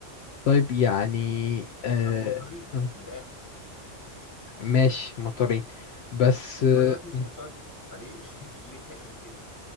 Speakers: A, on the left; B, on the left.
A: طيب يعني آه...
B: كانوا مضطرين
A: م-
B: من الاخر
A: ماشي مضطرين بس
B: انت
A: آه...
B: بقى دلوقتي مش
A: م-
B: مضطر فليه <laughs> ليه ليه تعمل كده